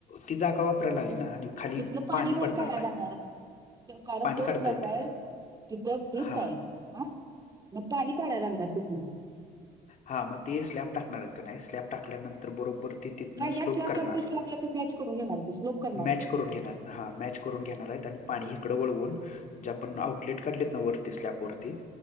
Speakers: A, on the left; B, on the right.
A: ती जागा वापरायला आली ना आणि खाली
B: तिथन पाणी बाहेर
A: पडणार
B: काढायला
A: नाही
B: लागणार? कारण,
A: पाणी
B: तो
A: काढता
B: स्लॅब
A: येते
B: आहे तिथं भिंत
A: हा
B: आहे. ह मग पाणी काढायला लागणार तिथनं.
A: हा मग ते स्लॅब टाकणार आहेत, का नाही स्लॅब टाकल्यानंतर बरोबर ते तिथनं
B: काय ह्या
A: स्लोप
B: स्लॅबला
A: करणार.
B: ते स्लॅबला ते मॅच करून घेणार ते स्लोप करणार.
A: मॅच करून घेणार येत मॅच करून घेणार, आणि पाणी हिकड वळवून. जे आपण आउटलेट काढलेत ना वरती स्लॅब वरती